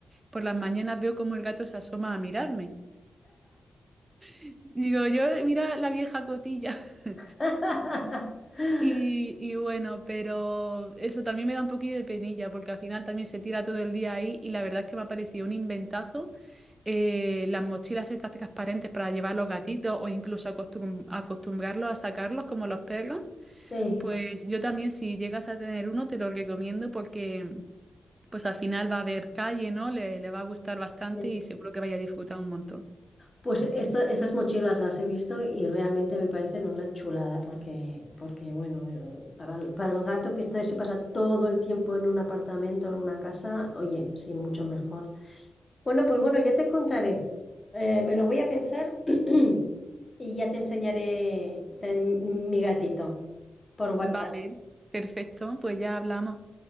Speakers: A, on the right (about 20°); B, on the left (about 25°).
A: por las mañanas veo como el gato se asoma a mirarme. Y digo, yo, mira la vieja cotilla. <laughs>
B: <laughs>
A: Y, y bueno, pero eso también me da un poquillo de penilla, porque al final también se tira todo el día ahí y la verdad es que me ha parecido un inventazo eh, las mochilas estas transparentes para llevar los gatitos o incluso acostum- acostumbrarlos a sacarlos como los perros
B: Sí,
A: Pues yo también, si llegas a tener uno, te lo recomiendo porque pues al final va a haber calle, ¿no? Le, le va a gustar bastante
B: sí.
A: y seguro que vaya a disfrutar un montón.
B: Pues esto- estas mochilas las he visto y realmente me parecen una chulada porque, porque bueno, eh, para el, para el gato que está, se pasa todo el tiempo en un apartamento, en una casa, oye, sí, mucho mejor. Bueno, pues bueno, ya te contaré. Eh, me lo voy a pensar <clears throat> y ya te enseñaré te- mi gatito por WhatsApp.
A: Vale, perfecto, pues ya hablamos.